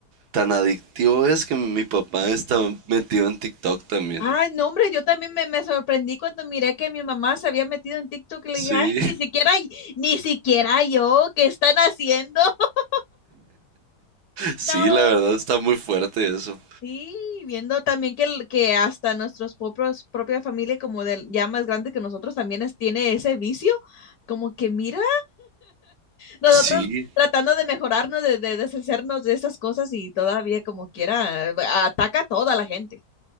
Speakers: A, on the right (about 80°); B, on the left (about 70°).
A: Tan adictivo es que mi papá está metido en TikTok también.
B: Ay, no, hombre, yo también me, me sorprendí cuando miré que mi mamá se había metido en TikTok y le
A: Sí.
B: dije, ay, ni siquiera, ni siquiera yo, ¿qué están haciendo? <laughs>
A: Sí,
B: No.
A: la verdad está muy fuerte eso.
B: Sí, viendo también que, el- que hasta nuestros propios, propia familia como del ya más grande que nosotros también es- tiene ese vicio, como que mira, Nosotros
A: Sí,
B: tratando de mejorarnos, de, de deshacernos de esas cosas y todavía como quiera, ataca a toda la gente.